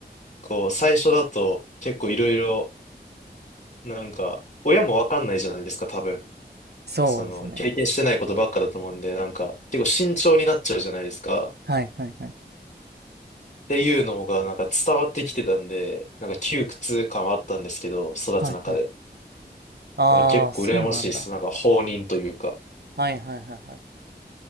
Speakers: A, on the left; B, on the right.
A: こう、最初だと結構いろいろ、なんか、親もわかんないじゃないですか、多分。
B: そうですね。
A: その、経験してないことばっかだと思うんで、なんか、結構慎重になっちゃうじゃないですか。っ
B: はいはいはい。
A: ていうのが、なんか伝わってきてたんで、なんか窮屈感はあったんですけど、育つ中で。
B: はいはい。ああ、
A: なんか結構羨ましいです。
B: そうなんだ。
A: なんか、放任というか。
B: はいはいはいはい。